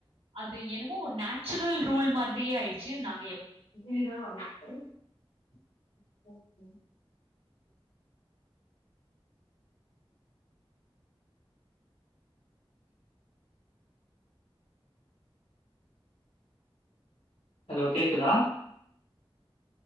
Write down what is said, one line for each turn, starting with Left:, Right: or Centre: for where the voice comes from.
Right: அது என்னமோ நேச்சுரல் ரூல் மாதிரியே ஆயிடுச்சு நாங்க எப்
Left: ஜீனோ <unintelligible> ஹலோ கேக்குதா